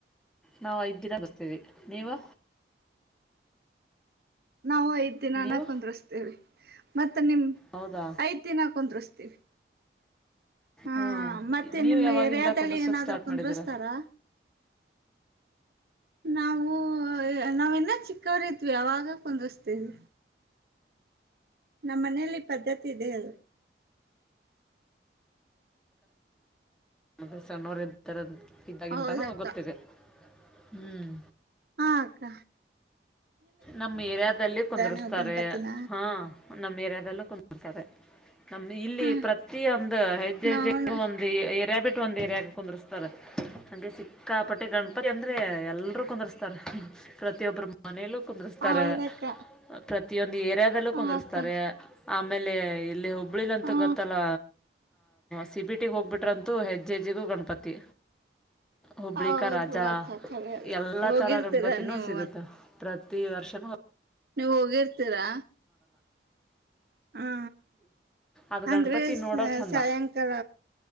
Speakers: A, in the centre; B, on the right.
A: ನಾವು ಐದ ದಿನ ಬರ್ತೀವಿ ನೀವು
B: ನಾವು ಐದ್ ದಿನಾನ
A: ನೀವು
B: ಕುಂದ್ರಸ್್ತೇವಿ ಮತ್ ಮ ನಿಮ್
A: ಹೌದಾ
B: ಐದು ದಿನ ಕುಂದ್ರಸ್ತೀವಿ ಹಾ
A: ಹ್ಮ
B: ಮತ್ತೆ
A: ನೀವ್
B: ನಿಮ್
A: ಯಾವಾಗಿಂದ
B: ಏರಿಯಾದಲ್ಲಿ
A: ಕುಂದರ್ಸಕ್
B: ಏನಾದ್ರು
A: ಸ್ಟಾರ್ಟ್
B: ಕುಂದ್ರಸ್ತಾರಾ
A: ಮಾಡಿದೀರಾ
B: ನಾವವು ನಾವ ಇನ್ನ ಚಿಕ್ಕವ್ರತ್್ವಿ ಅವಾಗ ಕುಂದಸ್ತೇವಿ ನಮ್ಮ್ ಮನೇಲಿ ಈ ಪದ್ಧತಿ ಇದೆ ಅಲ್
A: ಹ ಸನರ ಇದ್ದಾಗಿಂತಾನೂ
B: ಹೌದಕ್ಕ
A: ಗೊತ್ತಿದೆ ಹ್ಮ್
B: ಹಕ್ಕ
A: ನಮ್ ಏರಿಯಾದಲ್ಲಿ ಕುಂದರ್ಸ್್ತಾರೆ
B: ನೀವು ಗಣಪತಿನ
A: ಹಾ ನಮ ಏರಿಯಾದಲ್ಲೂ ಕುಂದರ್ತಾರೆ ನಮ ಇಲ್ಲಿ
B: ಹಾ
A: ಪ್ರತಿಯ ಒಂದು ಹೆಜ್ಜೆ
B: ನಾವುನು
A: ಹೆಜ್ಜೆಗೂ ಒಂದು ಎರ ಬಿಟ್ಟ ಇ ಒಂದು ಏರಿಯಾಗ ಕುಂದರ್ಸ್ತಾರೆ ಹೆ ಸಿಕ್ಕಾಪಟ್ಟೆ ಗಣಪತಿ ಅಂದ್ರೆ ಎಲ್ಲರೂ ಕುಂದರ್ಸ್ತಾರೆ ಪ್ರತ್ಯಿಯ ಪ್ರಮಾಣೆ ಕುಂದ್ರ್ತಾರೆ
B: ಹೌದಕ್ಕ
A: ಪ್ರತಿಯೊಂದು ಏರಿಯಾದಲ್ಲೂ
B: ಹ
A: ಕುಂದರ್ಸ್ತಾರೆ
B: ಅಕ್ಕ
A: ಆಮೇಲೆ ಇಲ್ಲಿ ಹುಬ್ಬಳಿಲ್ಂತ
B: ಹಾ
A: ಗೊತ್ತಲ್ಲ ಸಿ ಪಿ ಟಿಗೆ ಹೋಗ್ಬಿಟ್ರಂತೂ ಹೆಜ್ಜೆ ಎಜ್ಜಿಗೂ ಗಣಪತಿ ಹುಬ್ಳಿಕ
B: ಹೌದ್
A: ರಾಜಾ
B: ಬಿಡಕ್ಕ ಖರೆ ಅದು
A: ಎಲ್ಲಾ
B: ಹೋಗಿರ್ತೀರಾ
A: ತರ ಗಣಪತಿನೂ
B: ನೀವು
A: ಸಿಗುತ್ತ ದರ್ಶನ
B: ನೀವವು ಹೋಗಿರ್ತೀರಾ ಹಾ
A: ಅದ ಗಣಪತಿ
B: ಅಂದ್ರೆ
A: ನೋಡೋ ಚಂದ
B: ಸಾಯಂಕಾಲ